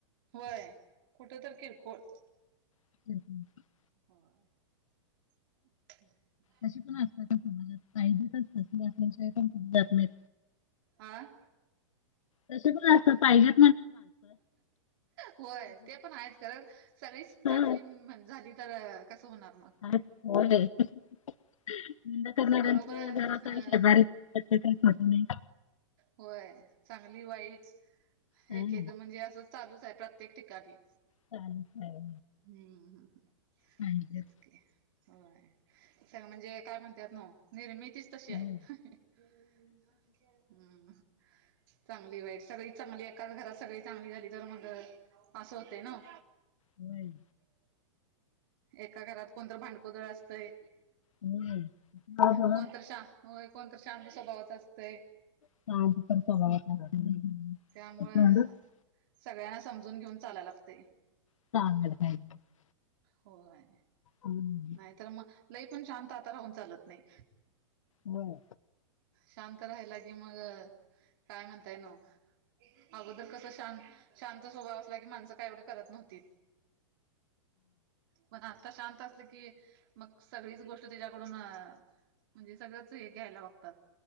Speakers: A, on the right (about 45°); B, on the left (about 85°).
A: होय कुठ तर किरकोळ,
B: <inaudible>
A: होय. <inaudible>
B: त पण असतात सजात पाहिजेल्याशवाय पण जात नाही.
A: आं.
B: तस पण असत पाहिजे.
A: होय ते पण आहेतच कारण. सगळी चांगली
B: हो,
A: झाली तर कसं होणार मग,
B: ह होय, निंदा करणाऱ्याचा
A: बरोबर आहे
B: घर असावे
A: ह
B: शेजारी. त्याे का खट नाही.
A: होय, चांगली वाईट
B: हां
A: एक एकदा म्हणजे अस चालूच आहे प्रत्येक ठिकाणी.
B: चालूच आहे.
A: हम्म हम्म!
B: पाहिजेत
A: तेच की होय. सग म्हणजे काय म्हणतात नव निर्मितीच तशी
B: होय
A: आहे. हम्म हंम! चांगली वाईट सगळी चांगली एकाच घरात सगळी चांगली झाली तर मग असं होतें नाव.
B: होय.
A: एका घरात कोणतर, भांडकोदळ असतंय.
B: होय. का बरं
A: कोणतर श होय, कोणतर शांत स्वभावाच असतंय,
B: शांत स्वभावाचं असत्य नी,
A: त्यामुळं
B: <unintelligible>
A: सगळ्यांना समजून घेऊन, चालायला लागतय,
B: <unintelligible>
A: होय,
B: हं
A: नाही तर मग लई पण शांत आता राहून चालत नाही,
B: होय.
A: शांत राहाला मग काय, म्हणताय नव्ह, अगोदर कस शांत, शांत स्वभाव असला की, माणसं काय एवढे करत नव्हती, पण आता शांत असलं की, मग सगळीच गोष्ट, तो, त्याच्याकडून म्हणजे सगळंच हे, घ्यायला बघतात,